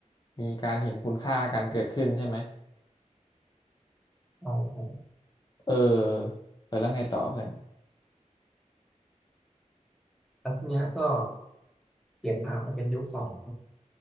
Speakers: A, on the left; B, in the centre.
A: มีการเห็นคุณค่ากันเกิดขึ้นใช่ไหม
B: ใช่ใช่
A: เออเออแล้วไงต่อเพื่อน
B: แล้วทีเนี้ยก็เปลี่ยนผ่านมาเป็นยุคของ